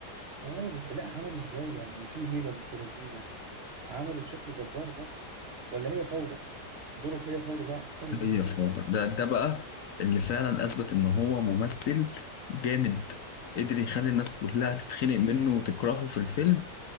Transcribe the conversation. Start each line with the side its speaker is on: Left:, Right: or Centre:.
Right: اه بس لا عملوا ازاي يعني في هيبه بنت لذينه عملوا بشكل جبار برضه ولا هي فوضى دوره في هي فوضى ده عبقري برضه
Left: هي فاضل ده ده بقى اللي فعلا اثبت ان هو ممثل جامد قدر يخلي الناس كلها تتخنق منه وتكرهه في الفيلم